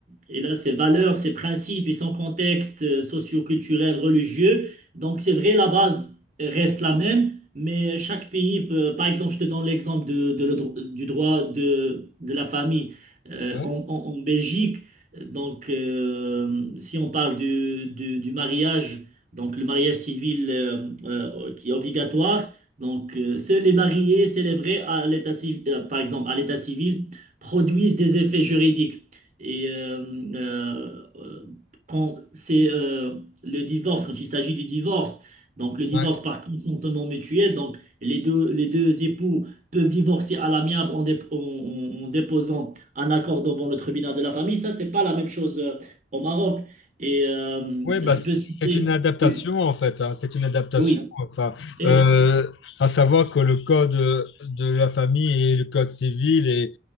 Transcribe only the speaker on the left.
Ouais.
Ouais.
Oui, bah,
c'est
une adaptation
en fait. hein. C'est une adaptation.
Enfin,
euh, à savoir que le code euh, de la famille et le code civil et,